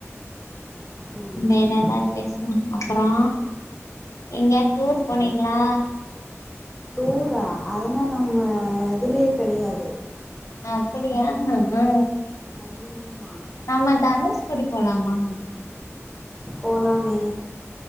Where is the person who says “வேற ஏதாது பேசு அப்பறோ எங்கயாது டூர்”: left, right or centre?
Left